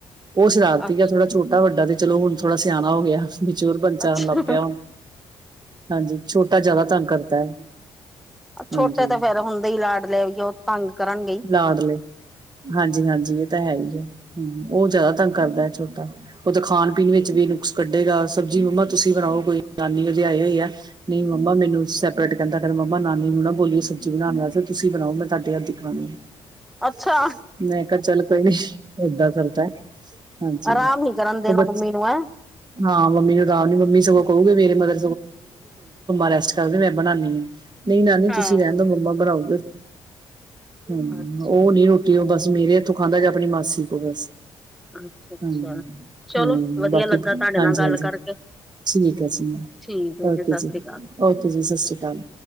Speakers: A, on the right; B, in the centre.
A: ਉਹ ਸ਼ਰਾਰਤੀ
B: ਅ
A: ਆ ਥੋੜਾ ਛੋਟਾ ਵੱਡਾ ਤੇ ਚਲੋ ਹੁਣ ਥੋੜਾ ਸਿਆਣਾ ਹੋ ਗਿਆ ਮਚਰ ਬਚਾ
B: ਅੱਛਾ
A: ਲੱ ਪਿਆ ਹਾਂਜੀ ਛੋਟਾ ਜਿਆਦਾ ਤੰਗ ਕਰਦਾ ਹੈ
B: ਛੋਟੇ
A: ਹਾਂਜੀ
B: ਤਾਂ ਫੇਰ ਹੁੰਦੇ ਹੀ ਲਾਡਲੇ ਲਿਆ ਵੀਏ ਉਹ ਤੰਗ ਕਰਨਗੇਈ
A: ਲੜ ਲ ਹਾਂਜੀ ਹਾਂਜੀ ਇਹ ਤਾਂ ਹੈ ਹੀ ਹੈ ਹ ਉਹ ਜ਼ਿਆਦਾ ਤੰਗ ਕਰਦਾ ਹੈ ਛੋਟਾ ਉਹ ਤਾਂ ਖਾਣ ਪੀਣ ਵਿੱਚ ਵੀ ਨੁਕਸ ਕੱਢੇਗਾ ਸਬਜ਼ੀ ਮੰਮਾ ਤੁਸੀਂ ਬਣਾਓ ਕੋਈ ਨਾਨੀ ਉਹਦੇ ਆਏ ਹੋ ਹੀ ਹੈ ਨਹੀਂ ਮਮਾ ਮਨੂੰ ਸੈਪਰੇਟ ਕਹਿੰਦਾ ਕਹਿੰਦੇਮਾ ਨਾਨੀ ਨੂੰ ਨਾ ਬੋਲੀ ਸਬੀ ਬਣਾਉਣਾ ਵਾ ਫਿਰ ਤੁਸੀਂ ਬਣਾਓ ਮੈਂ ਤੁਹਾਡੇ ਹੱਦੀ ਖਾਉਣੀ ਨਹੀਂ
B: ਅੱਛਾ
A: ਕ ਚੱਲ ਕੋਈ ਨ ਦਾਂ ਚਦਾ ਹੈ ਹਾਂਜੀ
B: ਆਰਾਮ ਨੀ ਕਰਨ ਦੇਣਾ
A: ਉਹ ਬ
B: ਮੰਮੀ ਨੂੰ ਹੈ
A: ਹਾਂ ਮੰਮੀ ਨੂੰ ਰਾਮ ਨੀ ਮੰਮੀ ਉਹ ਸਗੋਂ ਕਹੂਗੀ ਨਹੀਂ ਮੇਰੀ ਮਦਰ ਰੈਸਟ ਕਰ ਰਹੇ ਮੈਂ ਬਣਾ ਦਿੰਨੀ ਆ ਨਹੀਂ ਨਾਨੀ
B: ਹਾਂ
A: ਤੁਸੀਂ ਰਹਿਣ ਦ ਮੰਮਾ ਬਣਾਉਗੇ ਹਮ
B: ਅੱਛਾ
A: ਉਹ ਨੀ ਰੋਟੀ ਤੇ ਉਹ ਬਸ ਮੇਰੇ ਹੱਥੋਂ ਖਾਂਦਾ ਜਾਂ ਆਪਣੀ ਮਾਸੀ ਕੋਲ ਬਸ
B: ਅੱਛਾ ਅੱਛਾ
A: ਹ ਹਮ
B: ਚਲੋ ਵਧੀਆ
A: ਬਾਕੀ
B: ਲੱਗਾ ਤੁਹਾਡੇ
A: ਹਾਂਜੀ
B: ਨਾਲ ਗੱਲ
A: ਹਾਂਜੀ
B: ਕਰਕੇ
A: ਠੀਕ ਹੈ ਜੀ ਮੈ
B: ਠੀਕ ਹੈ
A: ਓਕੇ
B: ਸਤਿ
A: ਜੀ
B: ਸ੍ਰੀ ਅਕਾਲ
A: ਓਕੇ ਜੀ ਸਤਿ ਸ਼੍ਰੀ ਅਕਾਲ